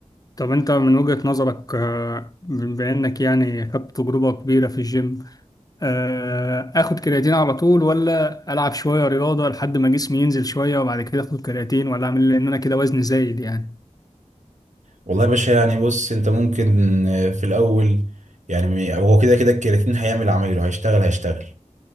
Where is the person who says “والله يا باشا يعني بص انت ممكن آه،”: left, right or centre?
Right